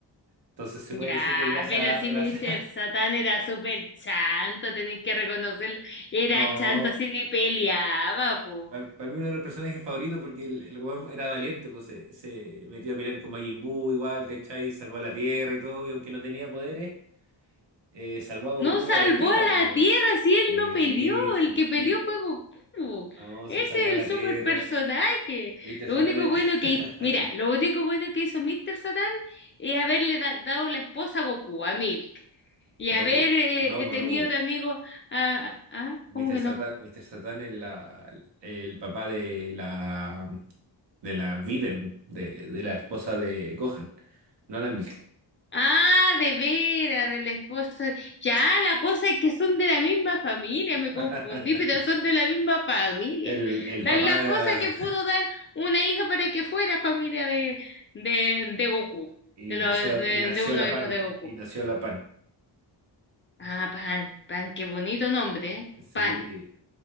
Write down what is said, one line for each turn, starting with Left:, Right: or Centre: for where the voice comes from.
Right: Entonces se
Left: Ya,
Right: puede decir que gracias,
Left: pero si
Right: gracias.
Left: Mr. Satán era súper chanto, tenéis que reconocerlo,
Right: <laughs>
Left: era
Right: No.
Left: chanto, así ni peleaba, po.
Right: Para mí uno de los personajes favoritos porque el, el weón era valiente, pues se, se metió a pelear con Majin Buu igual, ¿cachai? Salvó a la Tierra y todo, y aunque no tenía poderes, eh, salvó a Goku
Left: No salvó
Right: y a Vegeta,
Left: a
Right: pues.
Left: la Tierra
Right: weón.
Left: si él
Right: Sí,
Left: no peleó.
Right: sí,
Left: El que peleó
Right: sí.
Left: fue Goku.
Right: No,
Left: Ese
Right: sí salvó a
Left: es
Right: la
Left: el super
Right: Tierra.
Left: personaje.
Right: Mr.
Left: Lo
Right: Satan
Left: único
Right: es-
Left: bueno que,
Right: <laughs>
Left: mira, lo único bueno que hizo Mr. Satan es haberle da- dado la esposa a Goku, a Milk. Y
Right: No,
Left: haber
Right: pues,
Left: eh,
Right: no,
Left: eh,
Right: pues,
Left: tenido
Right: no, pues.
Left: de amigo a, ah,
Right: Mr.
Left: ¿cómo que
Right: Satan,
Left: no?
Right: Mr. Satan es la, el papá de la de la Viden, de, de la esposa de Gohan, no la Milk.
Left: Ah, de veras, de la esposa. de- Ya, la cosa es que son de la misma familia,
Right: <laughs>
Left: me confundí, pero son de la misma familia.
Right: El, el
Left: La,
Right: papá
Left: la
Right: de-
Left: cosa que
Right: <laughs>
Left: pudo dar una hija para que fuera familia de, de, de Goku,
Right: y
Left: de, lo-
Right: nació,
Left: de,
Right: y nació
Left: de uno
Right: la
Left: hijo
Right: pan,
Left: de Goku.
Right: y nació la pan.
Left: Ah, Pan, Pan, qué bonito nombre, ¿eh?
Right: Sí,
Left: Pan.